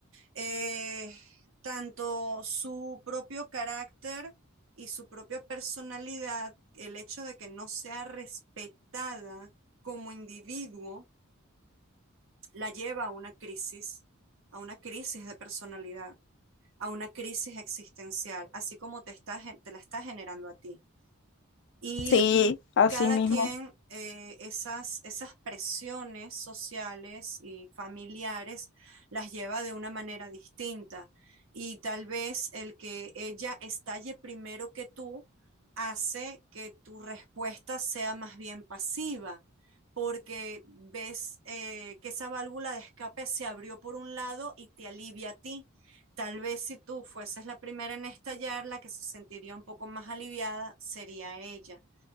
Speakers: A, on the right (about 70°); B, on the left (about 55°).
A: Eh, tanto su propio carácter y su propia personalidad, el hecho de que no sea respetada como individuo, la lleva a una crisis, a una crisis de personalidad, a una crisis existencial, así como te está, gen- te la está generando a ti y
B: Sí, así
A: cada
B: mismo.
A: quien eh, esas, esas presiones sociales y familiares las lleva de una manera distinta. Y tal vez el que ella estalle primero que tú hace que tu respuesta sea más bien pasiva, porque ves eh, que esa válvula de escape se abrió por un lado y te alivia a ti. Tal vez si tú fueses la primera en estallar, la que se sentiría un poco más aliviada sería ella.